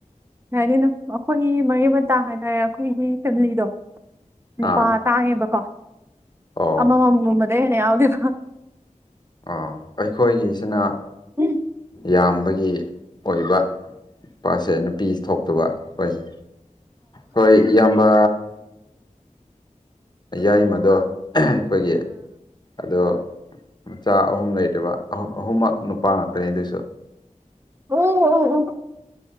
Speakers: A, on the right (about 20°); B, on the left (about 30°).
A: ꯌꯥꯅꯤꯅ ꯑꯩꯈꯣꯏꯒꯤ ꯃꯔꯤ ꯃꯇꯥ ꯍꯥꯏꯇꯥꯔꯦ ꯑꯩꯈꯣꯏꯒꯤ ꯐꯦꯃꯤꯂꯤꯗꯣ ꯅꯨꯄꯥ
B: ꯑꯥ
A: ꯇꯥꯡꯉꯦꯕꯀꯣ
B: ꯑꯣ
A: ꯑꯃꯃꯝꯒꯨꯝꯕꯗ ꯩ ꯍꯦꯟꯅ ꯌꯥꯎꯗꯦꯕ
B: ꯑꯥ ꯑꯩꯈꯣꯏꯒꯤꯁꯤꯅ
A: ꯎꯝ
B: ꯌꯥꯝꯕꯒꯤ ꯑꯣꯏꯕ ꯄꯥꯁꯦ ꯅꯨꯄꯤ ꯊꯣꯛꯇꯕ ꯍꯣꯏꯁꯦ ꯍꯣꯏ ꯏꯌꯥꯝꯕ ꯌꯥꯏꯃꯗꯣ ꯑꯩꯈꯣꯏꯒꯤ ꯑꯗꯣ ꯃꯆꯥ ꯑꯍꯨꯝ ꯂꯩꯔꯤꯕ ꯑꯍꯨꯝꯃꯛ ꯅꯨꯄꯥ ꯉꯥꯛꯇꯅꯦ ꯑꯗꯨꯁꯨ
A: ꯑꯣ ꯑꯣ ꯑꯣ